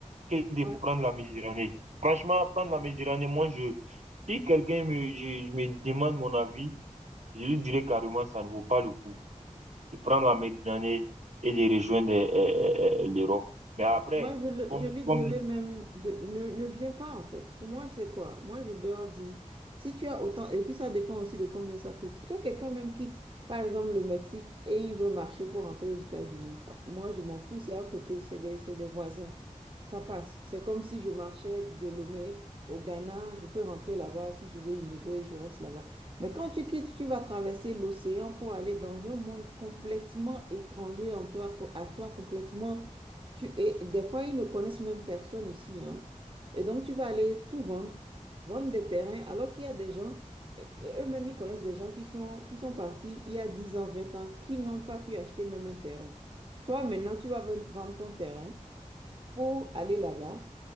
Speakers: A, on the right (about 60°); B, on the right (about 40°).
A: que de
B: Ouais.
A: prendre la Méditerranée. Franchement, prendre la Méditerranée, moi, je, si quelqu'un me, je, je me demande mon avis, je lui dirais carrément, ça ne vaut pas le coup de prendre la Méditerranée et de rejoindre euh, euh, euh, l'Europe. Mais après,
B: Moi, je, le-
A: comme,
B: je lui
A: comme,
B: dirais même de ne, ne viens pas en fait. Pour moi, je sais quoi. Moi, je leur dis, si tu as autant, et puis ça dépend aussi de combien ça coûte. Que quelqu'un même quitte, par exemple, le Mexique et il veut marcher pour rentrer aux États-Unis. Moi, je m'en fous, c'est à côté, c'est des, c'est des voisins. Ça passe. C'est comme si je marchais de Lomé au Ghana, je peux rentrer là-bas. Si je veux immigrer, je reste là-bas. Mais quand tu quittes, tu vas traverser l'océan pour aller dans un monde complètement étranger en toi, à toi complètement Tu, et des fois, ils ne connaissent même personne ici, hein. Et donc, tu vas aller tout vendre, vendre des terrains, alors qu'il y a des gens, et- et eux-mêmes, ils connaissent des gens qui sont, qui sont partis il y a 10 ans, 20 ans, qui n'ont pas pu acheter même un terrain. Toi, maintenant, tu vas ven- vendre ton terrain pour aller là-bas,